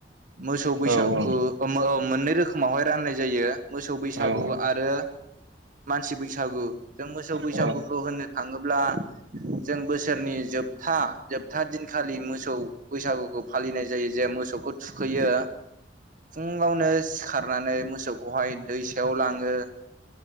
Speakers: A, on the right; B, on the right.
A: मोसौ बैसागु
B: औ
A: ओ मोननै रोखोमावहाय राननाय जायो मोसौ बैसागु
B: औ
A: आरो मानसि बैसागु जों मोसौ बैसागुखौ
B: औ
A: होननो थाङोब्ला जों बोसोरनि जोबथा जोब था दिनखालि मोसौ बैसागुखौ फालिनाय जायो जे मोसौखौ थुखैयो फुङावनो सिखार नानै मोसौखौहाय दै सायाव लाङो